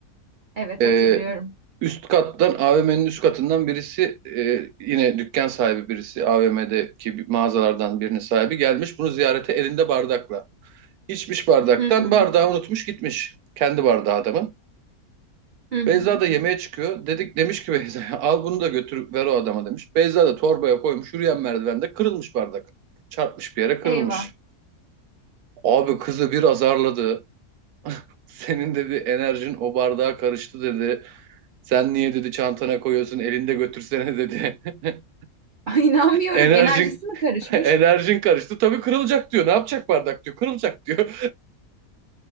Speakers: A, on the right; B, on the right.
A: evet
B: Ee,
A: hatırlıyorum.
B: üst kattan AVM'nin üst katından birisi e, yine dükkan sahibi birisi AVM'deki bir mağazalardan birinin sahibi gelmiş bunu ziyarete elinde bardakla. İçmiş bardaktan
A: Hı hı.
B: bardağı unutmuş gitmiş. Kendi bardağı adamın.
A: Hı hı.
B: Beyza da yemeğe çıkıyor. Dedik demiş ki Beyza'ya <laughs> al bunu da götür ver o adama demiş. Beyza da torbaya koymuş yürüyen merdivende kırılmış bardak. Çarpmış bir yere kırılmış.
A: Eyvah.
B: Abi kızı bir azarladı. Senin dedi enerjin o bardağa karıştı dedi. Sen niye dedi çantana koyuyorsun elinde götürsene dedi. <laughs>
A: <laughs> Ay, İnanmıyorum.
B: Enerjin
A: Enerjisi mi karışmış?
B: <laughs> enerjin karıştı. Tabii kırılacak diyor. Ne yapacak bardak diyor. Kırılacak diyor.